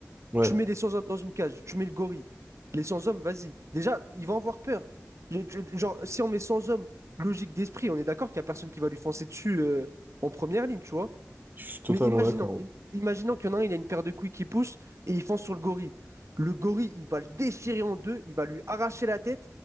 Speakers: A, on the right (about 40°); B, on the right (about 65°).
A: Ouais,
B: Tu mets les sans-hommes dans une cage, tu mets le gorille. Les sans-hommes, vas-y. Déjà, ils vont avoir peur. Je- je- Genre, si on met sans-hommes, logique d'esprit, on est d'accord qu'il n'y a personne qui va lui foncer dessus euh, en première ligne, tu vois.
A: je suis totalement
B: Mais imaginons,
A: d'accord.
B: im- imaginons qu'il y en a un, il a une paire de couilles qui pousse et il fonce sur le gorille. Le gorille, il va le déchirer en deux, il va lui arracher la tête.